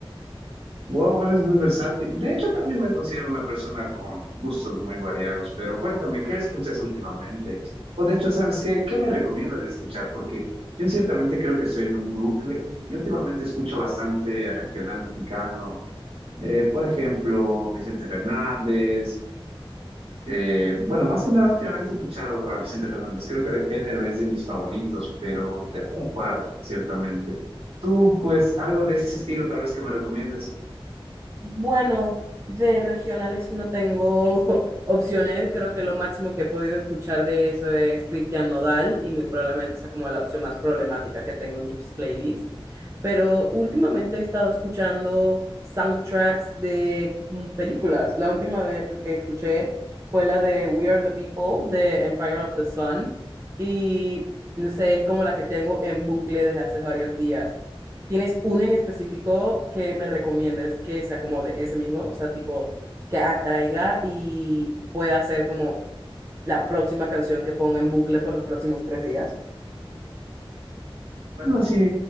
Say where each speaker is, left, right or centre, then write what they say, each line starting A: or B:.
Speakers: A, on the right (about 85°); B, on the right (about 30°).
A: Wow, eres muy versátil. De hecho, también me considero una persona con gustos muy variados, pero cuéntame, ¿qué escuchas últimamente? O de hecho, ¿sabes qué? ¿Qué me recomiendas de escuchar? Porque yo ciertamente creo que estoy en un bucle y últimamente escucho bastante regional mexicano. Eh, por ejemplo, Vicente Fernández. Eh, bueno, más que nada, últimamente he escuchado a Vicente Fernández. Creo que de género es de mis favoritos, pero tengo un par, ciertamente. Tú, pues, algo de ese estilo tal vez que me recomiendes.
B: Bueno, de regionales si no tengo <laughs> opciones. Creo que lo máximo que he podido escuchar de eso es Cristian Nodal y muy probablemente sea como la opción más problemática que tengo en mis playlists. Pero últimamente he estado escuchando soundtracks de mm, películas. La última vez que escuché fue la de We Are the People de Empire of the Sun y no sé, es como la que tengo en bucle desde hace varios días. ¿Tienes uno en específico que me recomiendes que sea como de ese mismo? O sea, tipo, que atraiga y pueda ser como la próxima canción que ponga en bucle por los próximos tres días.
A: Bueno, si